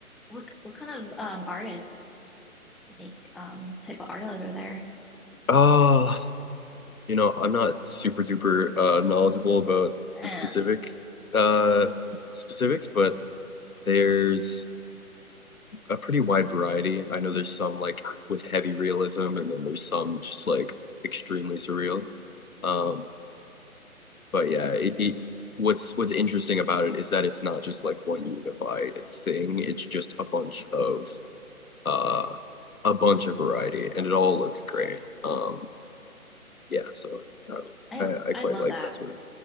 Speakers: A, in the centre; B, on the left.
A: what what kind of um artists make um type of art over there?
B: Uh, you know, I'm not super duper uh knowledgeable about
A: Uh,
B: the specific uh specifics, but there's a pretty wide variety. I know there's some like with heavy realism and then there's some just like extremely surreal. Um, but yeah, it, it what's what's interesting about it is that it's not just like one unified thing. It's just a bunch of uh a bunch of variety and it all looks great. Um yeah, so um,
A: I
B: I, I
A: I
B: quite
A: love
B: like
A: that.
B: that sort of,